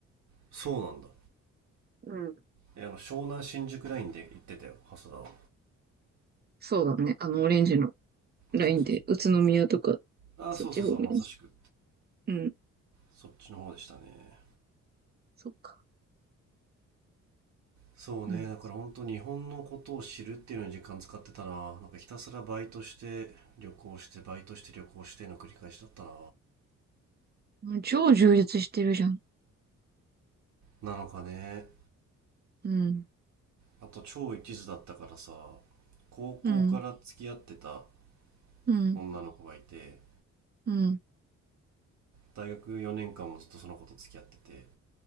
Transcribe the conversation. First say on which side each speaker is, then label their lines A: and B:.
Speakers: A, on the right; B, on the right.
A: そうなんだ
B: うん。
A: えあの湘南新宿ラインで行ってたよ蓮田は
B: そうだね。あの、オレンジのラインで、
A: そうそうそう
B: 宇都宮とか、
A: あそうそうそうまさしく
B: そっち方面。うん。
A: そっちの方でしたね
B: そっか。
A: そうねだから本当日本のことを知るっていうのに時間使ってたななんかひたすらバイトして旅行してバイトして旅行しての繰り返しだったな
B: うん。超充実してるじゃん。
A: なのかね
B: うん。
A: あと超一途だったからさ高校から付き合ってた
B: うん。うん。
A: 女の子がいて
B: うん。
A: 大学4年間もずっとその子と付き合ってて